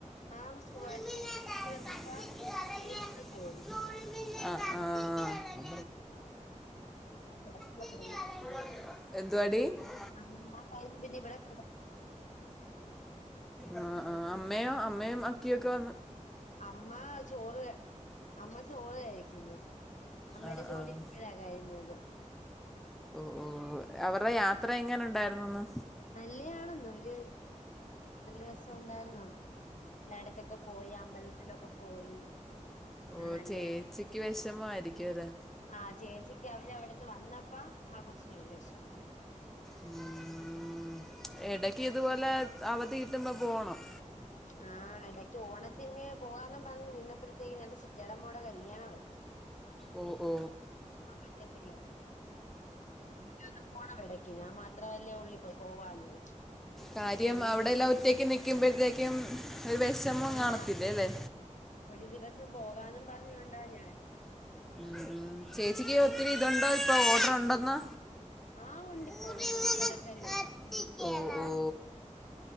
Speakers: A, on the left (about 70°); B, in the centre.
A: ആ സുഖായിട്ടിരിക്കുന്നു.
B: ഉളിമീന ത-
A: വീട്ടിൽ വന്നപ്പ
B: കത്തിച്ച് കളയ
A: വീട്ടിലും
B: അമ്മ,
A: ജോലി
B: ആ ആഹ ആഹ
A: പിന്നെ ഇവിടെ
B: കത്തിച്ച് കളയ
A: <unintelligible>
B: എന്തുവാടി അമ്മ,
A: അ മ ഭ പിന്നീ <unintelligible> കറ
B: ആ ആ അമ്മയും അമ്മയും അക്കിയൊക്കെ വന്ന്
A: അമ്മാ ചോറ് അമ്മ ചോറ് കഴിക്കുന്നു അമ്മയുടെ
B: ആഹ്
A: ജോലി
B: ആഹ്
A: ഇപ്പോഴാ കഴിഞ്ഞത്
B: ഓഹ് ഓഹ്
A: ഉം
B: അവരുടെ
A: ഉംഉംഉം
B: യാത്ര എങ്ങനെ ഉണ്ടായിരുന്നുന്ന്
A: നല്ലയാണെന്ന അവര് നല്ല രസം ഉണ്ടായിരുന്ന, എല്ലായിടത്തൊക്കെ പോയി, അമ്പലത്തിലൊക്കെ പോയി,
B: ഓ
A: ആ നല്ല
B: ചേച്ചിക്ക് വിഷമ ആയിരിക്കും അല്ലെ
A: ആ ചേച്ചിക്ക് അവര് അവിടുന്ന് വന്നപ്പ, ആ കൊച്ചിനൊരു വെഷമ
B: ഉം ഇടക്ക് ഇതുപോലെ അവധി കിട്ടുമ്പോ പോണം
A: ആഹ് എടക്ക് ഓണത്തിന് പോവാന്നും പറഞ്ഞ് നിന്നപ്പോഴത്തേക്ക് ഞങ്ങടെ ചിറ്റേടെ മ്മോടെ കല്യാണവായി
B: ഓ ഓ
A: പറ്റത്തില്ല എനിക്കൊന്ന് പോണവിടക്ക് ഞാൻ മാത്രവല്ലേ ഒള്ളു ഇപ്പൊ പോവാന്ന്
B: കാര്യം
A: ഞാനൊരു
B: അവിടെ
A: ദിവസം
B: എല്ലാം ഒറ്റക്ക് നിക്കുമ്പോഴത്തേക്കും ഒരു വെഷമം കാണത്തില്ലേ
A: ആ
B: അല്ലേ
A: ഒരു ദിവസം പോകാന്നും പറഞ്ഞോണ്ടാ ഞാൻ
B: ഉ ചേച്ചിക്ക് ഒത്തിരി ഇതുണ്ടോ ഇപ്പൊ ഓർഡർ ഉണ്ടെന്ന്
A: ആഹ ഉണ്ട് ഇപ്പോ
B: ഊരിങ്ങനെ
A: ഓണത്തിന്റെ തിരക്കല്ലേ
B: ഓ കത്തിക്കണം.
A: നി
B: ഓ